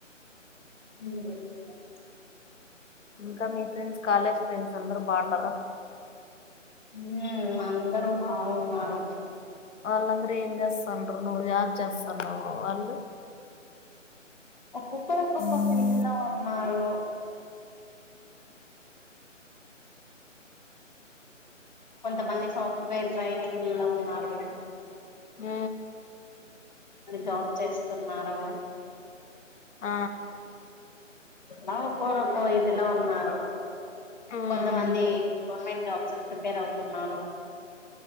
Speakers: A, on the left (about 35°); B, on the left (about 70°).
A: హ
B: ఇంకా మీ ఫ్రెండ్స్ కాలేజ్ ఫ్రెండ్స్ అందరు బాగున్నార
A: హ అందరూ బాగున్నారు
B: వాళ్ళందరూ ఏం చేస్తండరూ నువ్వు జాజ్ చేస్తానువ్వు వాళ్ళు
A: ఒక్కొక్కరు ఒక్కొక్క
B: మ్మ్
A: ఫీల్డ్ లో ఉన్నారు కొంతమంది సాఫ్ట్వేర్ ట్రైనింగ్ లో ఉన్నారు
B: హ
A: జాబ్ చేస్తున్నారు
B: ఆ
A: అలా ఒకరు ఒక ఇదిలో ఉన్నారు
B: ఉమ్
A: కొంతమంది గవర్నమెంట్ జాబ్స్ ప్రిపేర్ అవుతున్నారు